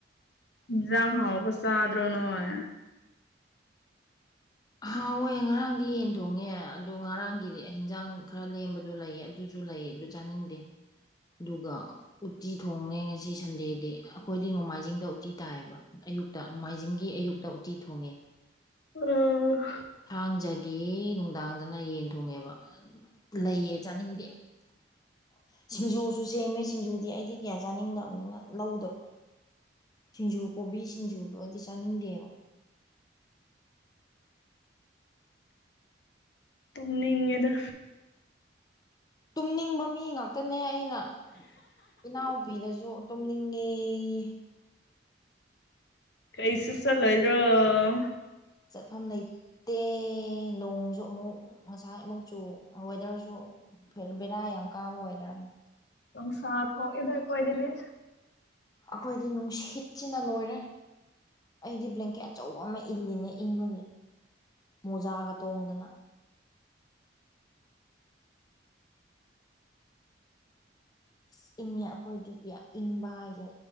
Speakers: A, on the left; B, on the left.
A: ꯏꯟꯖꯡ ꯍꯥꯎꯕ ꯆꯥꯗ꯭ꯔꯣ ꯅꯣꯏ
B: ꯍ ꯍꯥꯎꯋꯦ ꯉꯔꯥꯡꯗꯤ ꯌꯦꯟ ꯊꯣꯡꯉꯦ ꯑꯗꯣ ꯉꯔꯥꯡꯒꯤꯗꯤ ꯍꯟꯖꯥꯡ ꯈꯔ ꯂꯦꯝꯕꯗꯣ ꯂꯩ ꯑꯗꯨꯁꯨ ꯂꯩ ꯆꯥꯅꯤꯪꯗꯦ ꯑꯗꯨꯒ ꯎꯇꯤ ꯉꯁꯤ ꯁꯟꯗꯦꯗꯤ ꯑꯩꯈꯣꯏꯗꯤ ꯅꯣꯡꯃꯥꯏꯖꯤꯡꯗ ꯎꯇꯤ ꯇꯥꯏꯌꯦꯕ ꯑꯌꯨꯛꯇ ꯅꯣꯡꯃꯥꯏꯖꯤꯡꯒꯤ ꯑꯌꯨꯛꯇ ꯎꯇꯤ ꯊꯣꯡꯉ ꯊꯣꯡꯉꯦ
A: ꯎꯝ
B: ꯊꯥꯡꯖꯒꯤ ꯅꯨꯡꯗꯥꯡꯗꯅ ꯌꯦꯟ ꯊꯣꯡꯉꯦꯕ ꯂꯩꯌꯦ ꯆꯥꯅꯤꯡꯗꯦ <inaudible> ꯁꯤꯡꯖꯨꯁꯨ ꯁꯦꯝꯃꯦ ꯁꯤꯡꯖꯨꯗꯤ ꯑꯩꯗꯤ ꯀꯌꯥ ꯆꯥꯅꯤꯡꯗꯕꯅꯤꯅ ꯂꯧꯗꯕ ꯁꯤꯡꯖꯨ ꯀꯣꯕꯤ ꯁꯤꯡꯖꯨꯗꯣ ꯑꯩꯗꯤ ꯆꯥꯅꯤꯡꯗꯦꯕ
A: ꯇꯨꯝꯅꯤꯡꯉꯦꯗꯥ
B: ꯇꯨꯝꯅꯤꯡꯕ ꯃꯤ ꯉꯥꯛꯇꯅꯦ ꯑꯩꯅ ꯏꯅꯥꯎꯄꯤꯗꯁꯨ ꯇꯨꯝꯅꯤꯡꯉꯤ ꯍꯌꯦ
A: ꯀꯩꯁꯁꯂ ꯏ꯭ꯔꯣ <unintelligible>
B: ꯆꯠꯐꯝ ꯂꯩꯇꯦ ꯅꯣꯡꯁꯨ ꯑꯃꯨꯛ ꯉꯁꯥꯏ ꯑꯃꯨꯛꯁꯨ ꯋꯦꯗꯔꯁꯨ ꯐꯔ ꯕꯦꯔ ꯌꯥꯝ ꯑꯃ ꯀꯥꯕ ꯑꯣꯏꯗꯅꯤ
A: ꯅꯣꯡꯁꯥ ꯊꯣꯛꯏꯗ ꯑꯩꯈꯣꯌꯗꯗꯤ
B: ꯑꯩꯈꯣꯏꯗꯤ ꯅꯨꯡꯁꯤꯠꯁꯤꯅ ꯂꯣꯏꯔꯦ ꯑꯩꯗꯤ ꯕ꯭ꯂꯦꯡꯀꯦꯠ ꯑꯆꯧꯕ ꯑꯃ ꯏꯜꯂꯤꯅꯦ ꯏꯪꯕꯒꯤ ꯃꯣꯖꯥꯒ ꯇꯣꯡꯗꯨꯅ ꯑ ꯏꯪꯉꯦ ꯑꯩꯈꯣꯏꯗꯤ ꯏꯪꯕ ꯍꯥꯏꯁ꯭ꯔꯦ